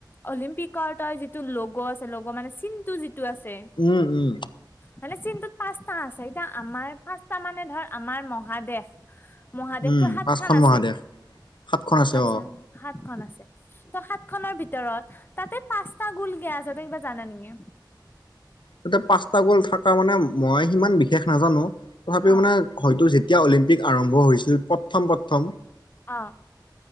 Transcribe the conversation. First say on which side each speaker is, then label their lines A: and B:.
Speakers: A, on the left (about 25°); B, on the left (about 85°).
A: অলিম্পিক কৰ তই যিটো লগ আছে লগ মানে চিনটো যিটো আছে।
B: উম উম
A: মানে চিনটোত পাঁচটা আছে এতিয়া আমাৰ পাঁচটা মানে ধৰ আমাৰ মহাদেশ মহাদেশটো
B: উম
A: সাত
B: পাঁচখন
A: খন আছে,
B: মহাদেশ সাতখন আছে
A: আচ্ছা
B: অ
A: সাত খন আছে। ত' সাত খনৰ ভিতৰত তাতে পাঁচটা গোল কে আছে তই কিবা জানা নেকি?
B: তাতে পাঁচটা গ'ল থকা মানে মই সিমান বিশেষ নাজানো। তথাপিও
A: অ
B: মানে হয়তো যেতিয়া অলিম্পিক আৰম্ভ হৈছিল প্ৰথম প্ৰথম
A: অ'।